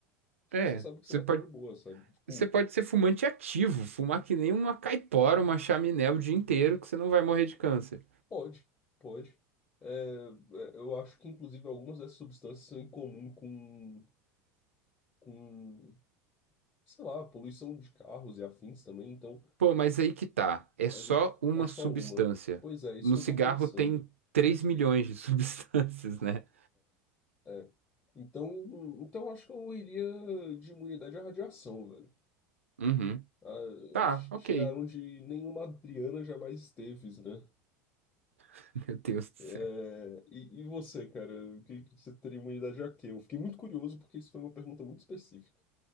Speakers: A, on the left; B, on the right.
A: que
B: É,
A: você sabe que
B: você
A: você vai
B: pode.
A: estar de boa, sabe? Tipo,
B: Você pode ser fumante ativo, fumar que nem uma caipora, uma chaminé o dia inteiro, que você não vai morrer de câncer.
A: pode, pode. É, é, eu acho que, inclusive, algumas dessas substâncias são em comum com, com, sei lá, poluição de carros e afins também, então.
B: Pô, mas aí que tá. É
A: Mas
B: só
A: é
B: uma
A: é só
B: substância.
A: uma. Pois é, isso
B: No
A: que
B: cigarro
A: eu tô pensando.
B: tem 3 milhões de <laughs> substâncias, né?
A: É. Então, então eu acho que eu iria de imunidade à radiação, velho.
B: Uhum.
A: Ah,
B: Tá,
A: che-
B: ok.
A: chegar onde nenhuma Adriana jamais esteve, né?
B: <laughs> Meu Deus do céu.
A: É, e, e você, cara? O que, que você teria imunidade a quê? Eu fiquei muito curioso porque isso foi uma pergunta muito específica.